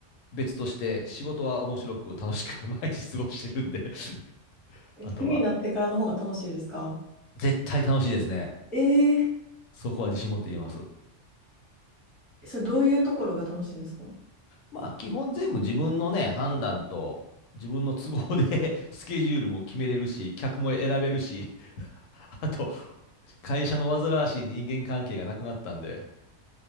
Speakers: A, on the left (about 85°); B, in the centre.
A: 別として、仕事は面白く楽しく <laughs> 毎日過ごしてるんで <laughs>
B: ええ、
A: あとは、
B: フリーになってからの方が楽しいですか
A: 絶対楽しいですね。
B: ええ
A: そこは自信持って言えます。
B: それどういうところが楽しいんですか
A: まあ、基本全部自分のね、判断と、自分の都合で <laughs> スケジュールも決めれるし、客も選べるし、あと、会社の煩わしい人間関係がなくなったんで、